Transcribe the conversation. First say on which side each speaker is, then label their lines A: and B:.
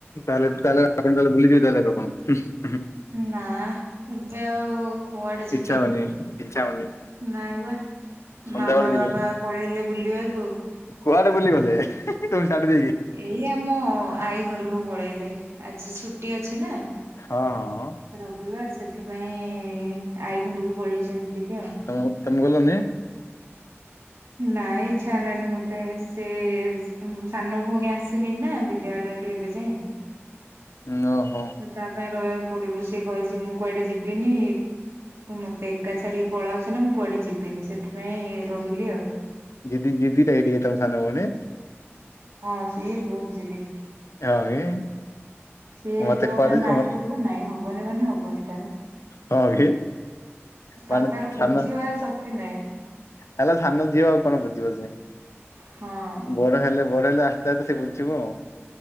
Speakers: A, on the left; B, on the right.
A: ତାହେଲେ ତାହେଲେ ଆପଣ ତାହେଲେ ବୁଲିଯିବେ ତାହାଲେ ଆଜି ଆପଣ?
B: ନା ଏବେ ଆଉ କୁଆଡେ ଯିବି।
A: ଇଚ୍ଛା ହଉନି ଇଚ୍ଛା ହଉନି
B: ନାଇ ବା
A: ସନ୍ଧ୍ୟାବେଳେ
B: ମାମା
A: ଯିବେ
B: ବାବା ପଳେଇଲେ ବୁଲିବାକୁ
A: କୁଆଡେ ବୁଲି ଗଲେ ତମକୁ ଛାଡ଼ି ଦେଇକି?
B: ଏଇ ଆମ ଆଈ ଘରକୁ ପଳେଇଲେ। ଆଜି ଛୁଟି ଅଛି ନା।
A: ହଁ ହଁ
B: ରବିବାର୍ ସେଥିପାଇଁ ଆଈ ଘରକୁ ପଳେଇଚନ୍ତି ଟିକେ ଆଉ।
A: ଆଉ ତମେ ଗଲନି?
B: ନାଇଁ ଇଚ୍ଛା ହେଲାନି ମତେ ସେ ସାନ ଭଉଣୀ ଆସିନି ନା ବି ବିଦ୍ୟାଳୟରୁ ଏବେ ଯାଏଁ।
A: ଉଁ ଓହୋ।
B: ତା ପାଇଁ ରହିବାକୁ ପଡିବ ସେ କହିଚି ମୁଁ କୁଆଡେ ଯିବିନି ମତେ ଏକା ଛାଡ଼ିକି ପଳାଅସିନା ମୁଁ କୁଆଡେ ଯିବିନି ସେଥିପାଇଁ ରହିଲି ଆଉ।
A: ଯିଦି ଯିଦିଟା କି ଟିକେ ତମ ସାନ ଭଉଣୀ?
B: ହଁ ସିଏ ବହୁତ ଯିଦି।
A: ହଁ କି
B: ସିଏ
A: ମତେ
B: ଯୋଉଟା
A: କୁଆଡେ
B: ନାଇଁ
A: ମତେ
B: କରିବ ନାଇଁ ହବନି ମାନେ ହବନି ତାର।
A: ହଁ କି ମାନେ
B: ଆଉ ତାର
A: ସାନ
B: ବୁଝିିବା ଶକ୍ତି ନାହିଁ।
A: ହେଲା ସାନ ଝିଅ ଆଉ କଣ ବୁଝିବ ସେ
B: ହଁ।
A: ବଡ ହେଲେ ବଡ ହେଲେ ଆସ୍ତେ ଆସ୍ତେ ସେ ବୁଝିବ ଆଉ।